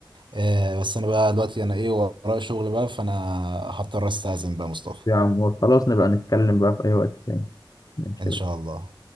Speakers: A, on the right; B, on the left.
A: آه بس انا بقى دلوقتي انا ايه ورايا شغل بقى فانا هضطر استأذن بقى يا مصطفى
B: يا عمور خلاص نبقى نتكلم بقى في اي وقت تاني ماشي
A: ان شاء الله